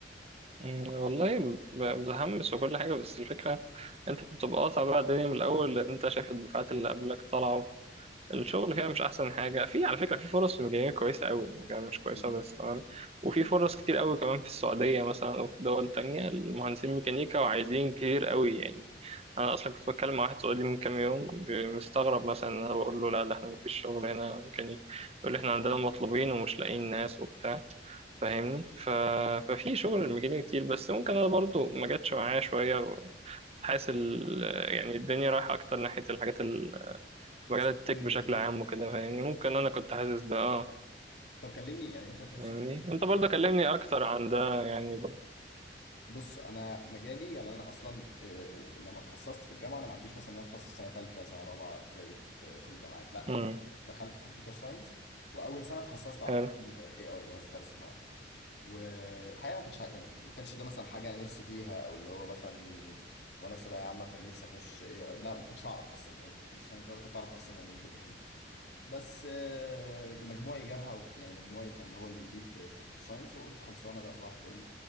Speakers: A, on the right (about 35°); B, on the left (about 70°).
A: مم، والله ب- متحمس وكل حاجة بس الفكرة انت بتبقى قاطع بقى الدنيا من الأول لأن انت شايف الدفعات اللي قبلك طلعوا الشغل فيها مش أحسن حاجة في على فكرة في فرص في الجنوب كويسة أوي يعني الجنوب مش كويسة
B: مم.
A: بس تمام وفي فرص كتير أوي كمان في السعودية مثلا أو في دول تانية المهندسين ميكانيكا وعايزين كتير أوي يعني أنا أصلا كنت بتكلم مع واحد سعودي من كام يوم ب- مستغرب مثلا أنا بقول له لا ده احنا مفيش شغل هنا ميكانيك يقول لي احنا عندنا مطلوبين ومش لاقيين ناس وبتاع فاهمني ف... ففي شغل الميكانيكا كتير بس ممكن انا برضو ما جاتش معايا شويه كنت حاسس ال... يعني الدنيا رايحه اكتر ناحيه الحاجات ال... مجال
B: السوفت
A: التك
B: وير
A: بشكل
B: وكده
A: عام وكده فاهمني ممكن انا كنت حاسس ده اه
B: طب كلمني يعني انت السوفت
A: فاهمني
B: وير
A: انت برضو كلمني اكتر عن ده يعني برضو
B: بص انا مجالي يعني انا اصلا آه، لما اتخصصت في الجامعه انا ما عنديش مثلا ان انا اتخصص سنه ثالثه سنه رابعه زي ب- كل الجامعات لا
A: امم
B: انا دخلت كمبيوتر ساينس واول سنه اتخصصت على
A: حلو
B: طول اي اي اللي هو الذكاء الاصطناعي والحقيقه ما كنتش ع- يعني ما كانش ده مثلا حاجه انا نفسي فيها او اللي هو مثلا وانا في ثانويه عامه كان نفسي اخش اي اي لا ما كنتش اعرف اصلا ايه هو كمبيوتر ساينس ده ولا كنت اعرف اصلا يعني ايه بروجرامنج بس آه، مجموعي جابها وبت- يعني مجموعي كان هو اللي يجيب كمبيوتر ساينس وقلت خلصانه بقى صباح الفل